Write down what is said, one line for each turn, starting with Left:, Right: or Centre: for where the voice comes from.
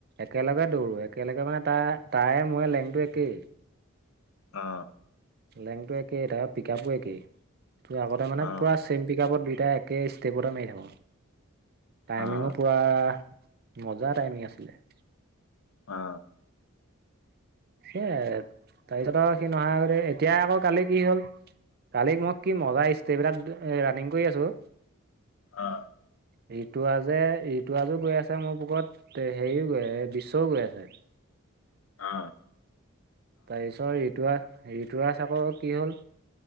Right: একেলগে দৌৰো একেলগে মানে তাৰ তায়ে মোয়ে লেংটো একেই
Left: অ
Right: লেংটো একেই তাৰ পিকআপো একেই তোৰ আগতে মানে
Left: অ অ অ
Right: পুৰা চেম পিক আপত দুইটাই একে ষ্টেপতে মাৰি থাকো টাইমিঙো
Left: অ
Right: পুৰা মজা টাইমিং আছিলে।
Left: অ
Right: এই তাৰিছত সি নহাৰ আগতে এতিয়া আকৌ কালি কি হ'ল কালি মই কি মজা ষ্টেপ এটাত ৰানিং কৰি আছোঁ
Left: অ
Right: ৰী তুৰাজে ৰীতুৰজেও যে আছে ইটোৰাজো গৈ আছে মোৰ পুকত হেৰিও গৈ বিশ্বও গৈ আছে
Left: অ
Right: তাৰপিছত ঋতুৰাজ, ঋতুৰাজ আকৌ কি হ'ল